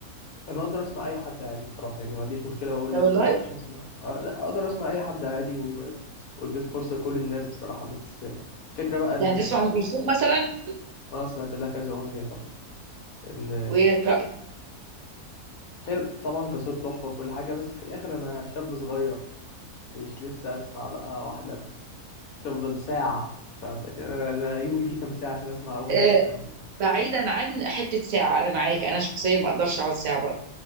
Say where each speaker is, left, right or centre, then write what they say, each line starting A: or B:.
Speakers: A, on the left; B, on the right.
A: انا اقدر اسمع اي حد عادي بصراحه يعني ما عنديش مشكله بقول
B: لا والله
A: لا مش هسمع آه، لا اقدر اسمع اي حد عادي و... واديت فرصه لكل الناس بصراحه بس الفكره بقى ان
B: يعني تسمع ام كلثوم مثلا
A: انا سمعت لها كذا اغنيه طبعا ان
B: وايه رايك
A: هي طبعا قصه تحفه وكل حاجه بس في الاخر انا شاب صغير مش لسه اسمع بقى واحده تفضل ساعة فاهم يعني أنا أنا يومي فيه كام ساعة عشان أسمع أغنية
B: آه،
A: ساعة بس
B: بعيدا عن حتة ساعة أنا معاك أنا شخصيا ما أقدرش أقعد ساعة برضه